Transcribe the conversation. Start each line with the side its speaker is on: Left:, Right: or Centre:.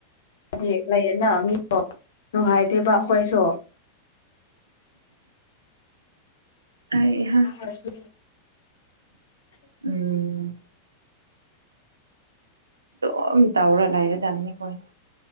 Left: ꯍꯥꯏꯗꯤ ꯂꯩꯌꯦꯅ ꯃꯤꯗꯣ ꯅꯨꯡꯉꯥꯏꯇꯦꯕ ꯑꯩꯈꯣꯏꯁꯨ
Right: ꯍꯩꯍꯥ
Left: ꯄꯤꯔꯣꯏ ꯍꯥꯏꯔꯁꯨ
Right: ꯎꯝ ꯑꯗꯨꯝ ꯇꯥꯎꯔ ꯂꯥꯏꯔꯗꯅꯤ ꯈꯣꯏ꯫